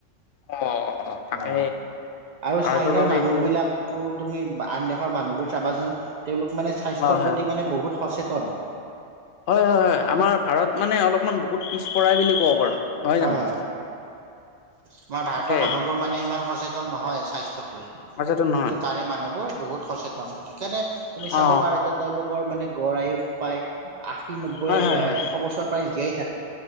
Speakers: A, on the left (about 65°); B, on the right (about 60°).
A: অ তাকে
B: অ' আৰু
A: ভাৰতৰ
B: চাইনাৰ
A: বাবে
B: মানুহবিলাকো
A: এইটো
B: তুমি আন দেশৰ মানুহবোৰ চাবাচোন। তেওঁলোক মানে স্বাস্থ্যৰ
A: অ হয়
B: প্ৰতি মানে বহুত সচে তন।
A: হয় - হয় - হয়। আমাৰ ভাৰত মানে অলপমান বহুত পিছপৰাই বুলি কব পাৰোঁ। নহয়
B: হয়
A: জানো?
B: হয়। আমাৰ ভাৰতৰ
A: তাকে
B: মানুহবোৰ মানে ইমান সচে তন নহয় স্বাস্থ্যক লৈ।
A: মাজতো
B: কিন্তু
A: নহয়
B: তাৰে মানুহবোৰ বহুত সচেত সেইকাৰণে তুমি
A: অ
B: চাব পাৰা এতিয়া তেওঁলোকৰ মানে গড় আয়ুস পায়। আশী, নব্বৈ,
A: হয় হয়
B: এ-
A: হয়
B: এশ বছৰ প্ৰায় জীয়াই <unintelligible>